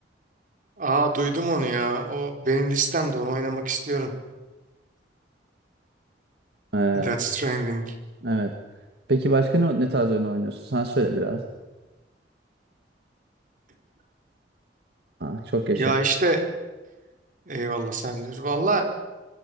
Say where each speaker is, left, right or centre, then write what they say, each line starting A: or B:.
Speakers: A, on the right (about 50°); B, on the right (about 65°).
A: aa duydum onu ya. O benim listemde onu oynamak istiyorum.
B: Ee,
A: Death Stranding.
B: evet. Peki başka ne, ne tarz oyun oynuyorsun? Sen söyle biraz. Aa, çok yaşa.
A: Ya işte eyvallah sen diyor. Valla